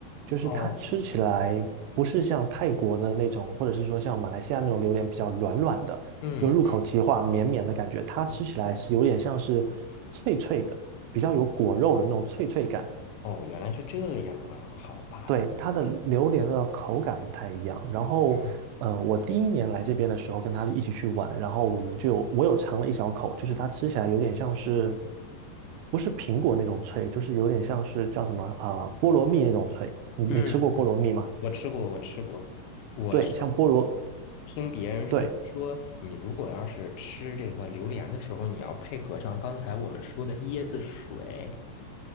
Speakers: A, on the right (about 85°); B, on the left (about 75°).
A: 就是它吃起来不是像泰国的那种，
B: 哦，
A: 或者是说像马来西亚那种榴莲比较软软的，
B: 嗯，
A: 就入口即化、绵绵的感觉，它吃起来是有点像是脆脆的。
B: 嗯
A: 比较有果肉的那种脆脆感。
B: 哦，原来是这样啊，好吧。
A: 对，它的榴莲的口感不太一样。然后，
B: 嗯
A: 呃，我第一年来这边的时候，跟他一起去玩，然后我们就我有尝了一小口，就是它吃起来有点像是，不是苹果那种脆，就是有点像是叫什么啊、菠萝蜜那种脆。你你吃过菠萝蜜吗？
B: 嗯，我吃过，我吃过。我是
A: 对，像菠萝，
B: 听别人说，
A: 对
B: 说你如果要是吃这个榴莲的时候，你要配合上刚才我们说的椰子水。